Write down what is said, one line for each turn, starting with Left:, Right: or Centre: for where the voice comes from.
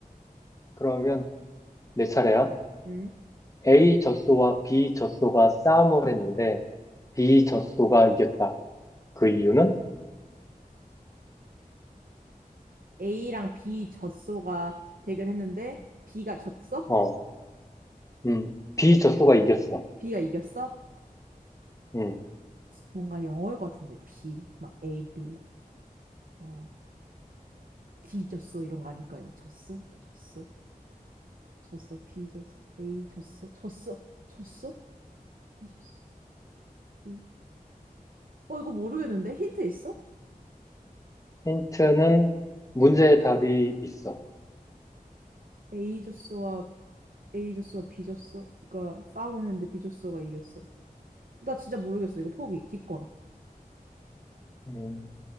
Left: 그러면 내 차례야.
Right: 음
Left: A 젖소와 B 젖소가 싸움을 했는데, B 젖소가 이겼다. 그 이유는?
Right: A랑 B 젖소가 대결했는데 B가 졌어?
Left: 어, 음, B 젖소가 이겼어.
Right: B가 이겼어?
Left: 음,
Right: 뭔가 영어일 것 같은데 B 막 A B 어 D 졌어 이런 거 아닐까요? 졌어 졌어 졌어 B 졌어 A 졌어 졌어 졌어 B 졌어 C 어 이거 모르겠는데 힌트 있어?
Left: 힌트는 문제의 답이 있어.
Right: A 졌어와 A 졌어, B 졌어. 그러니까 싸움을 했는데 B 졌어가 이겼어. 나 진짜 모르겠어. 이거 포기, 기권.
Left: 음,